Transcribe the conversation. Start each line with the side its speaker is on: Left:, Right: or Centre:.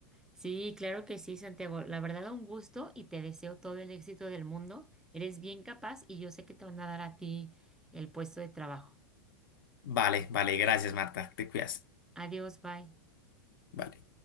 Centre: Sí, claro que sí, Santiago. La verdad, un gusto y te deseo todo el éxito del mundo. Eres bien capaz y yo sé que te van a dar a ti el puesto de trabajo.
Left: Vale, vale, gracias, Marta, te cuidas.
Centre: Adiós, bye.
Left: Vale.